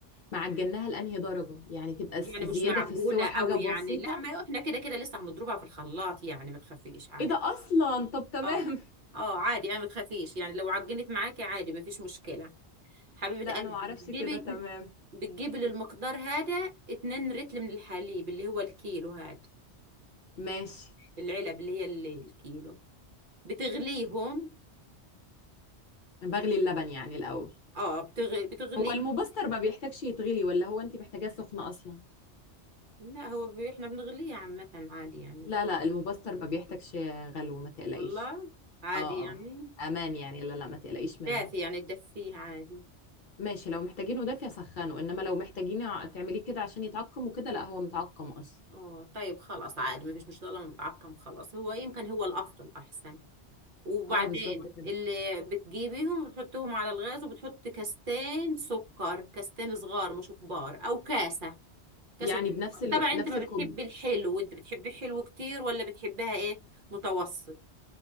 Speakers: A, on the left (about 55°); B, on the right (about 55°).
A: معجناها لأنهي درجة يعني تبقى س-
B: يعني
A: زيادة
B: مش معجونة
A: في السوى حاجة
B: قوي
A: بسيطة
B: يعني لا ما احنا كده كده لسه هنضربها في الخلاط يعني ما تخافيش عادي
A: ايه ده اصلا طب تمام
B: اه
A: <laughs>
B: اه عادي انا ما تخافيش يعني لو عجنت معاكي عادي ما فيش مشكلة حبيبة
A: لا
B: قلبي
A: انا ما اعرفش
B: بتجيبي
A: كده
B: اتن-
A: تمام
B: بتجيبي للمقدار هذا 2 رتل من الحليب اللي هو الكيلو هذا
A: ماشي
B: العلب اللي هي اللي الكيلو بتغليهم
A: بغلي اللبن يعني الاول
B: اه بتغ... بتغلي
A: هو المبستر ما بيحتاجش يتغلي ولا هو انت محتاجاه سخنه اصلا
B: لا هو ب... احنا بنغليه عامة عادي يعني
A: لا لا المبستر ما بيحتاجش غلو ما تقلقيش
B: والله عادي
A: اه
B: يعني
A: اه امان يعني لا لا ما تقلقيش منه
B: دافي يعني تدفيه عادي
A: ماشي لو محتاجينه دافي سخنه انما لو محتاجين ع- تعمليه كده عشان يتعقم وكده لا هو متعقم اصلا
B: اه طيب خلاص عادي ما فيش مش طالما متعقم خلاص هو يمكن هو الافضل احسن وبعدين
A: اه بالظبط كده
B: اللي بتجيبيهم بتحطيهم على الغاز وبتحط كاستين سكر كاستين صغار مش كبار او كاسة كاس
A: يعني
B: الدهر.
A: بنفس ال...
B: طبعا انت
A: نفس
B: ما
A: الكوب
B: بتحبي الحلو وانت بتحبي الحلو كتير ولا بتحبها ايه متوسط